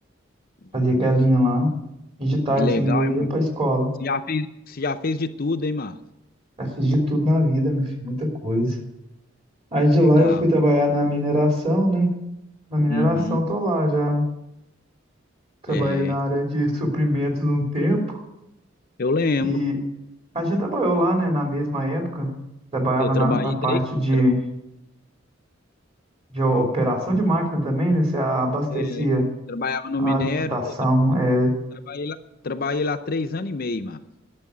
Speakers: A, on the left (about 45°); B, on the right (about 30°).
A: Isso.
B: fazia aquela linha lá, e de tardezinha
A: Que legal,
B: eu
A: hein,
B: ia
A: Márcio?
B: para escola.
A: Você já fez, você já fez de tudo, hein, Márcio?
B: Eu fiz de tudo na vida, meu filho, muita coisa. Aí de
A: Legal.
B: lá eu fui trabalhar na mineração, né? Na mineração
A: Uhum.
B: tô lá já Trabalhei
A: É,
B: na área de suprimentos um tempo
A: eu lembro.
B: e a gente trabalhou lá, né, na mesma época. Trabalhava
A: Eu trabalhei
B: na, na parte
A: três,
B: de,
A: tra-
B: de operação de máquina também, né? Você abastecia
A: é, trabalhava no
B: a
A: minério,
B: alimentação
A: tra- tra-
B: é,
A: trabalhei lá, trabalhei lá três anos e meio, Márcio.